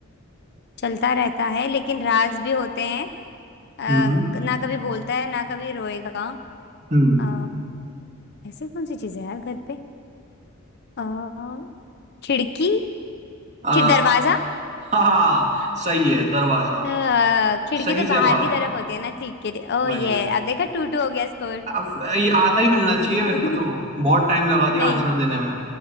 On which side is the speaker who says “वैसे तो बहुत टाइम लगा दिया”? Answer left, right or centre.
Right